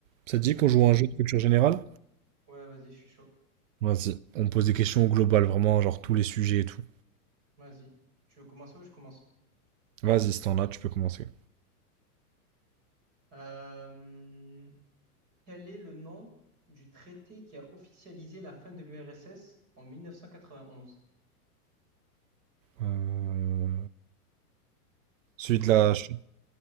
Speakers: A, on the right (about 55°); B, on the right (about 40°).
A: Ça te dit
B: Ça
A: qu'on
B: te dit?
A: joue à un jeu de culture générale?
B: Ouais, vas-y, je suis chaud.
A: Vas-y, On pose des questions globales, vraiment, genre tous les sujets et tout.
B: Vas-y. Tu veux commencer ou je commence?
A: Vas-y, si t'en as, tu peux commencer.
B: Euh, Quel est le nom du traité qui a officialisé la fin de l'URSS en 1991?
A: Euh, Celui
B: Après
A: de
B: ça,
A: la...
B: je t-
A: ch-